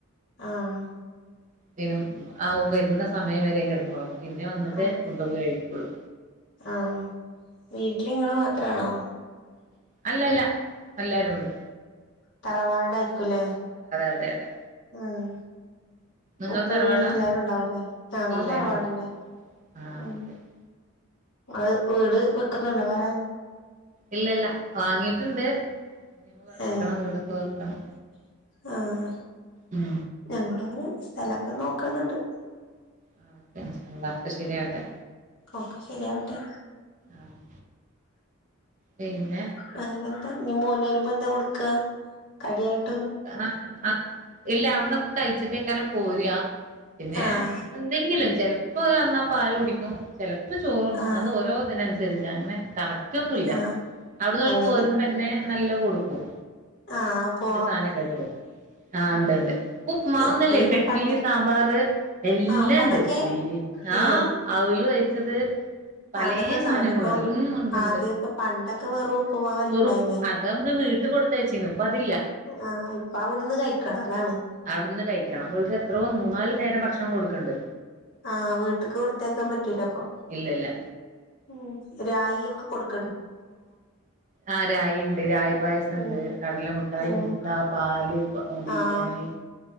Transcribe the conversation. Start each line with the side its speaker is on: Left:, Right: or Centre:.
Left: ആഹ്
Right: ത്തേനും അവൻ വരുന്ന സമയം വരെ കെടന്നൊറങ്ങും, പിന്നെ വന്നിട്ടേ
Left: ആഹ്
Right: ഫുഡൊക്കെ കഴിക്കുള്ളൂ
Left: ആഹ് വീട്ടിലിങ്ങള് മാത്രാണോ
Right: അല്ലല്ല എല്ലാരുണ്ട്
Left: തറവാടായിരിക്കുംലേ
Right: അതെ അതെ
Left: ഉം
Right: നിങ്ങൾ
Left: ഉപ്പ്മ്മീ
Right: തറവാടാ
Left: എല്ലാരും ഉണ്ടാവൂലേ ഞങ്ങളും
Right: എല്ലാരും
Left: തറവാടന്നെ
Right: ഉണ്ട് ആഹ്
Left: ഉം
Right: ഓക്കെ
Left: ങ്ങള് വീട് വെക്കുന്നുണ്ടോ വേറെ
Right: ഇല്ലല്ല വാങ്ങിട്ടുണ്ട് ഇനി വെക്കണം
Left: ഏഹ്
Right: വീടൊക്കെ വെക്കണം
Left: ആഹ്
Right: ഉം
Left: ഞങ്ങളുങ്ങിനെ സ്ഥലൊക്കെ നോക്കുന്നുണ്ട്
Right: ആഹ് ഇൻഷാ അല്ലാഹ് ഒക്കെ ശെരിയാവട്ടെ
Left: ഒക്കെ ശരിയാവട്ടെ
Right: ആവും പിന്നെ
Left: <unintelligible> ഞ്ഞിമോന് വരുമ്പോ എന്താ കൊടുക്കാ കടിയായിട്ട്
Right: ആഹ് ആഹ് ഇല്ല അവിട്ന്നൊക്കെ കഴിച്ചിട്ടേക്കാരം പോരാ പിന്നെ
Left: ആഹ്
Right: എന്തെങ്കിലും ചെലപ്പോ വന്നാ പാല് കുടിക്കും ചെലപ്പോ ചോറുണ്ണും
Left: ആഹ്
Right: അത് ഓരോ തിനനുസരിച്ച അങ്ങനെ ക കറക്റ്റ് ഒന്നുല്ല
Left: ആഹ്
Right: അവിട്ന്ന് ഓല്
Left: അങ്ങനെ
Right: പോരുമ്പോന്നെ നല്ല കൊടുക്കും
Left: ആഹ് അപ്പോ
Right: <unintelligible> ആഹ് ഇണ്ട് ഇണ്ട് ഉപ്പ്മാവോന്നല്ലേ
Left: അപ്പൊ പിന്നെ
Right: ഇപ്പോ ഇഡ്ലി
Left: പണ്ട്
Right: സാമ്പാറ് എല്ലണ്ട്
Left: ആഹ് അപ്പൊ അതൊക്കെ
Right: ബീരി ആഹ്
Left: ഏഹ്
Right: അവ് ല് കുഴച്ചത് പലേ
Left: അതൊക്കെ ഉണ്ടാവൂലേ
Right: സാനങ്ങളോ
Left: ഇപ്പൊ
Right: ഉം ഇണ്ട്ണ്ട്
Left: ആദ്യൊക്കെ പണ്ടൊക്കെ വെറും ഉപ്പുമാവല്ലേ
Right: വെറു
Left: ഉണ്ടായിന്നേ
Right: അത് അമ്മക്ക് വീട്ട് കൊടുത്തയച്ചീന് ഇപ്പൊ അതില്ല
Left: ആഹ് ഇപ്പ അവിടുന്ന് കൈക്കണം ലെമ്
Right: അവിട്ന്ന് കഴിക്കണം ഓൽക്ക് എത്രോ മൂന്നാല് നേരം ഭക്ഷണം കൊടുക്ക്ണ്ട്
Left: ആഹ് വീട്ട്ക്ക് കൊടുത്തയക്കാൻ പറ്റൂല അപ്പൊ
Right: ഇല്ല ഇല്ല
Left: ഉം രായി ഒക്കെ കൊടുക്
Right: ആഹ് രായി ഇണ്ട് രായി പായസ്ണ്ട്,
Left: ഉം
Right: കടല മുട്ടായി,
Left: ഉം
Right: മുട്ട, പാല്, ബിരിയാണി
Left: ആഹ്